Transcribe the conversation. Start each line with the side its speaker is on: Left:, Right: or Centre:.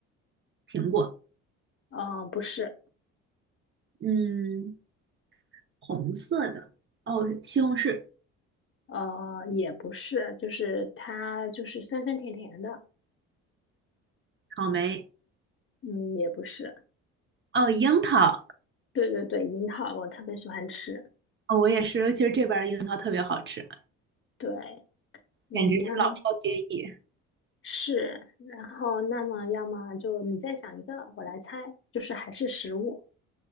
Right: 苹果，
Left: 嗯、不是。
Right: 嗯，红色的，哦，西红柿，
Left: 呃，也不是，就是它就是酸酸甜甜的，
Right: 草莓，
Left: 嗯，也不是，
Right: 哦，樱桃，
Left: 对对对，樱桃我特别喜欢吃，
Right: 哦，我也是，尤其是这边儿的樱桃特别好吃，
Left: 对，嗯，
Right: 简直是老少皆宜，
Left: 那是，然后那么要么就你再想一个，我来猜，就是还是食物，